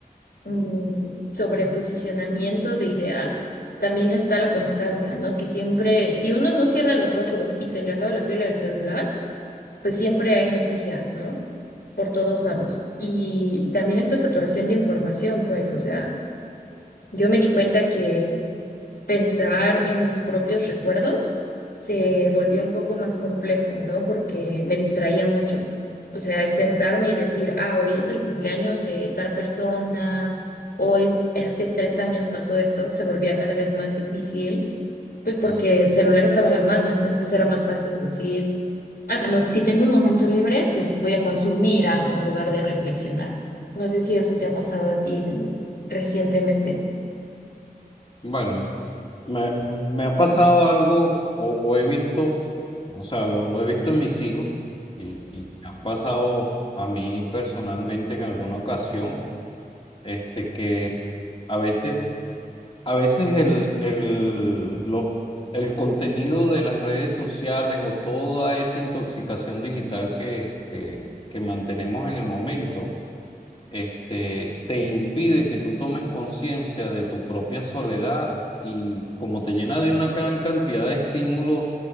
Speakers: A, on the left; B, on the left.
A: mm, sobre posicionamiento de ideas, también está la constancia, ¿no? Que siempre, si uno no cierra los ojos y se le acaba la pila del celular, pues siempre hay noticias, ¿no? Por todos lados. Y también esta saturación de información, pues, o sea, yo me di cuenta que pensar en mis propios recuerdos se volvió un poco más complejo, ¿no? Porque me distraía mucho. O sea, el sentarme y decir, ah, hoy es el cumpleaños de tal persona, hoy hace tres años pasó esto, se volvía cada vez más difícil, pues porque
B: Mm.
A: el celular estaba a la mano, entonces era más fácil decir, ah, no, si tengo un momento libre, pues voy a consumir algo en lugar de reflexionar. No sé si eso te ha pasado a ti como recientemente.
B: Bueno, me, me ha pasado algo o, o he visto, o sea, lo, lo he visto en mis hijos y, y me ha pasado a mí personalmente en alguna ocasión, este, que a veces A veces el, el, los- el contenido de las redes sociales o toda esa intoxicación digital que, que- que mantenemos en el momento, este, te impide que tú tomes conciencia de tu propia soledad y como te llena de una gran cantidad de estímulos